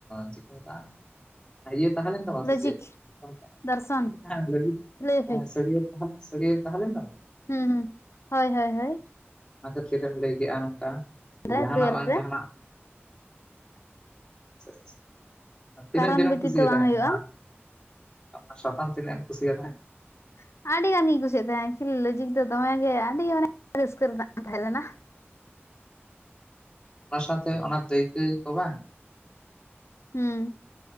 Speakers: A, on the left; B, on the left.
A: ᱪᱮᱫ ᱠᱚ ᱢᱮᱛᱟᱜᱼᱟ? ᱤᱭᱟᱹ ᱛᱟᱦᱮᱸ ᱞᱮᱱ ᱛᱟᱢᱟ
B: ᱞᱚᱡᱤᱠ
A: ᱥᱮ ᱪᱮᱫ ᱪᱮᱫ ᱠᱚ ᱢᱮᱛᱟᱜᱼᱟ
B: ᱫᱚᱨᱥᱚᱱ
A: ᱞᱟᱹᱜᱤᱫ
B: ᱞᱟᱹᱭᱯᱮ
A: ᱮᱸ ᱥᱟᱹᱜᱟᱹᱭ ᱛᱟᱦᱮᱱ ᱾ ᱥᱟᱹᱜᱟᱹᱭ ᱛᱟᱦᱮᱞᱮᱱ ᱛᱟᱢᱟ?
B: ᱸ ᱦᱩᱸᱻ, ᱦᱳᱭ ᱦᱳᱭ ᱦᱳᱭ ᱾
A: ᱟᱫᱚ ᱪᱮᱫ ᱮᱢ ᱞᱟᱹᱭ ᱠᱮᱜᱼᱟ ᱱᱚᱝᱠᱟ?
B: ᱨᱮ
A: ᱡᱟᱦᱟᱱᱟᱜ
B: ᱴᱩᱭᱮᱞᱵᱷ
A: ᱵᱟᱝ
B: ᱨᱮ
A: ᱡᱟᱦᱟᱱᱟᱜ ᱾ ᱟᱪᱪᱷᱟᱻ ᱟᱪᱪᱷᱟᱻᱪᱷᱟ ᱛᱤᱱᱟᱹᱜ
B: ᱠᱟᱨᱚᱱ
A: ᱡᱳᱨᱮᱢ
B: ᱵᱮᱛᱤᱛᱚ
A: ᱠᱩᱥᱭᱟᱫᱮ
B: ᱵᱟᱝ
A: ᱛᱟᱦᱮᱸᱜ
B: ᱦᱩᱭᱩᱜᱼᱟ
A: ᱱᱟᱦᱟᱸᱜ? ᱚᱱᱟ ᱥᱟᱛᱟᱢ ᱛᱤᱱᱟᱜ ᱮᱢ ᱠᱩᱥᱤᱭᱟᱜ ᱛᱟᱦᱮᱸᱫ
B: ᱴᱷᱚᱸᱜᱻ ᱟᱹᱰᱤ ᱜᱟᱱ ᱜᱤᱧ ᱠᱩᱥᱤᱭᱟᱜ ᱛᱟᱦᱮᱸ ᱞᱚᱡᱤᱜ ᱫᱚ ᱫᱚᱢᱮᱜᱮ ᱟᱹᱰᱤ ᱢᱟᱱᱮ ᱨᱟᱹᱥᱠᱟᱹ ᱨᱮᱱᱟᱜ ᱛᱟᱦᱮᱸ ᱞᱮᱱᱟ ᱾
A: ᱚᱱᱟ ᱥᱟᱶᱛᱮ ᱚᱱᱟ ᱫᱟᱹᱭᱠᱟᱹ ᱠᱚ ᱵᱟᱝᱹᱹᱹᱹ
B: ᱦᱩᱸᱻ ᱾